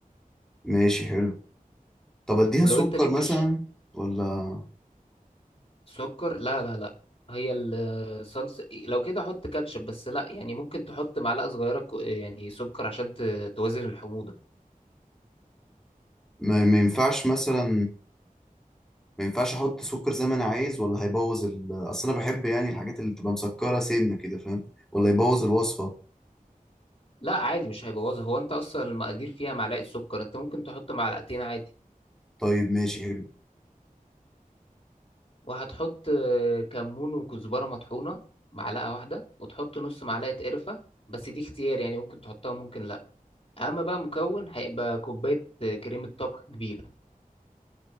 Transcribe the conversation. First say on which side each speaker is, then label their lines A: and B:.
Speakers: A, in the centre; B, on the left (about 40°).
A: ماشي حلو طب أديها
B: ولو
A: سكر
B: انت ليك
A: مثلا
B: في الش-
A: ولا
B: سكر لا لا لا هي الصلصة لو كده حط كاتشب بس لا يعني ممكن تحط معلقة صغيرة كو- يعني سكر عشان ت- توازن الحموضة
A: ما, ما ينفعش مثلا ما ينفعش احط سكر زي ما انا عايز ولا هيبوظ ال... اصل انا بحب يعني الحاجات اللي بتبقى مسكره سنه كده فاهم ولا يبوظ الوصفه
B: لا عادي مش هيبوظها هو انت اصلا المقادير فيها معلقة سكر انت ممكن تحط معلقتين عادي
A: طيب ماشي حلو
B: وهتحط آه، كمون وكزبرة مطحونة معلقة واحدة وتحط نص معلقة قرفة بس دي اختيار يعني ممكن تحطها ممكن لا اما بقى مكون هيبقى كوباية آه، كريمة طبخ كبيرة